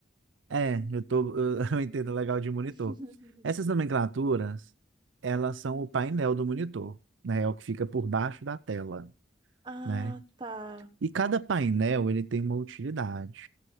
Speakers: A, on the right; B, on the right.
A: É, eu tô, <laughs> eu entendo legal de monitor.
B: <laughs>
A: Essas nomenclaturas, elas são o painel do monitor, né? É o que fica por baixo da tela,
B: Ah,
A: né?
B: tá.
A: E cada painel, ele tem uma utilidade